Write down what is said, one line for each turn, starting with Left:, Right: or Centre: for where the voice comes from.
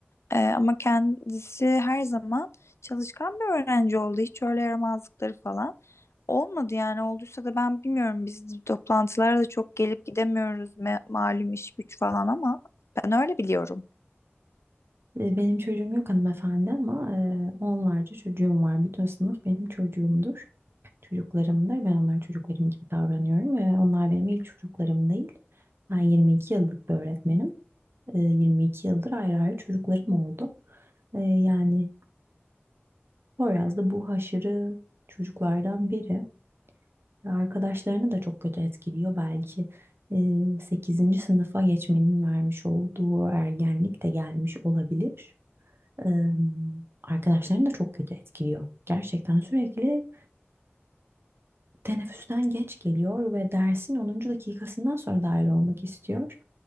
Left: E, ama kendisi her zaman çalışkan bir öğrenci oldu hiç öyle yaramazlıkları falan. Olmadı yani olduysa da ben bilmiyorum biz toplantılara da çok gelip gidemiyoruz me- malum iş güç falan ama ben öyle biliyorum.
Right: E, Benim çocuğum yok hanımefendi ama e, onlarca çocuğum var. Bütün sınıf benim çocuğumdur. Çocuklarımdır. Ben onlara çocuklarım gibi davranıyorum ve onlar benim ilk çocuklarım değil. Ben 22 yıllık bir öğretmenim. E, 22 yıldır ayrı ayrı çocuklarım oldu. E, yani Poyraz da bu haşırı çocuklardan biri. Ve Arkadaşlarını da çok kötü etkiliyor belki. E, 8. sınıfa geçmenin vermiş olduğu ergenlik de gelmiş olabilir. Eee, arkadaşlarını da çok kötü etkiliyor. Gerçekten sürekli teneffüsten geç geliyor ve dersin onuncu dakikasından sonra dahil olmak istiyor.